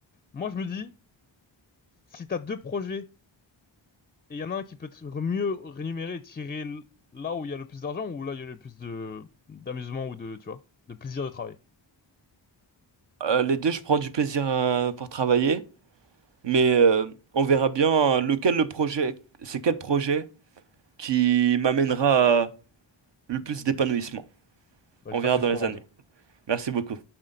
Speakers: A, on the left (about 20°); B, on the right (about 60°).
A: Moi, je me dis, si t'as deux projets et il y en a un qui peut te re- mieux rémunérer et tirer l- là où il y a le plus d'argent ou là où il y a le plus de d'amusement ou de, tu vois, de plaisir de travail.
B: euh, les deux, je prends du plaisir euh, pour travailler, mais euh, on verra bien euh, lequel le projet, c'est quel projet qui m'amènera euh, le plus d'épanouissement.
A: Bah,
B: On
A: j'espère
B: verra
A: que
B: dans
A: tu trouveras
B: les années.
A: en tout cas.
B: Merci beaucoup.